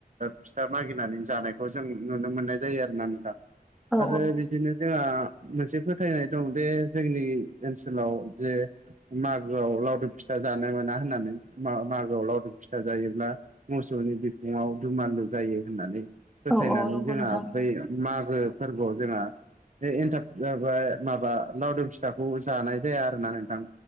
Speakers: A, on the right; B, in the centre.
A: फिथा मागिनानै जानायखौ जों नुनो मोननाय जायो आरो ना नों थां
B: औ
A: आरो बिदिनो जोंहा मोनसे फोथायनाय दं बे जोंनि ओनसोलाव जे मागोआव लावदुम फिथा जानो मोना होननानै मागोआव लावदुम फिथा जायोब्ला मोसौनि बिखुंआव दुमालु जायो होननानै फोथायनानै
B: औ औ नंगौ
A: जोंहा
B: नोंथां
A: बै मागो फोरबोआव जोंहा बे एन्थाब माबा लावदोम फिथाखौ जानाय जाया आरो ना नोंथां।